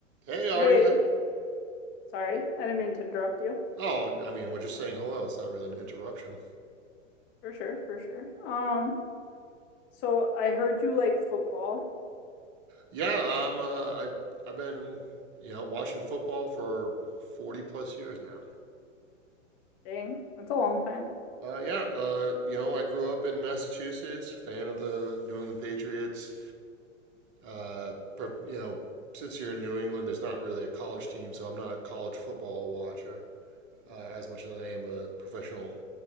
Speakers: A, on the right (about 30°); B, on the left (about 30°).
A: Hey, Ari.
B: Hey,
A: Hi.
B: sorry. I didn't mean to interrupt you.
A: Oh, I mean, we're just saying hello. It's not really an interruption.
B: For sure, for sure. Um, so I heard you like football.
A: Yeah, I'm. Uh, I I've been you know watching football for forty plus years now.
B: Dang, that's a long time.
A: Uh, yeah, uh, you know, I grew up in Massachusetts, fan of the New England Patriots. Uh, pre- you know, since you're in New England, there's not really a college team, so I'm not a college football watcher uh, as much as I am a professional